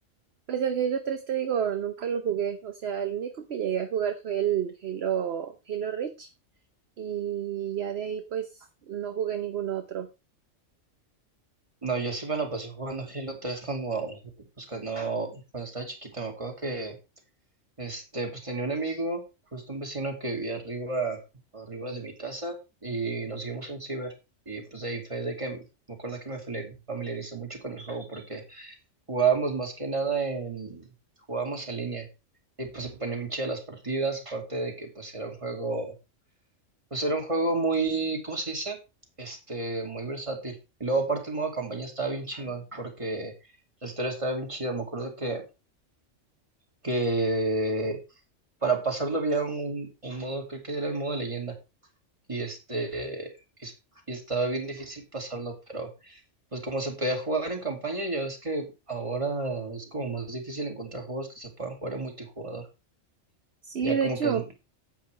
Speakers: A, on the right (about 55°); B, on the right (about 25°).
A: Pues el Halo tres te digo, nunca lo jugué. O sea, el único que llegué a jugar fue el Halo, Halo Reach. Y ya de ahí pues no jugué ningún otro.
B: No, yo sí me la pasé jugando Halo 3 cuando, pues cuando, cuando estaba chiquito, me acuerdo que, este, pues tenía un amigo, justo un vecino que vivía arriba, arriba de mi casa, y nos hicimos un ciber, y pues de ahí fue de que, me acuerdo que me familiar- familiarizó mucho con el juego, porque Jugábamos más que nada en, jugábamos en línea. Y pues se ponían bien chidas las partidas, aparte de que pues era un juego, pues era un juego muy, ¿cómo se dice? Este, muy versátil. Y luego aparte el modo campaña estaba bien chingón, porque la historia estaba bien chida. Me acuerdo que, que para pasarlo había un, un modo, creo que era el modo leyenda. Y este, y, y estaba bien difícil pasarlo, pero pues como se podía jugar en campaña, ya ves que ahora es como más difícil encontrar juegos que se puedan jugar en multijugador.
A: Sí,
B: Ya
A: de
B: como
A: hecho,
B: que es...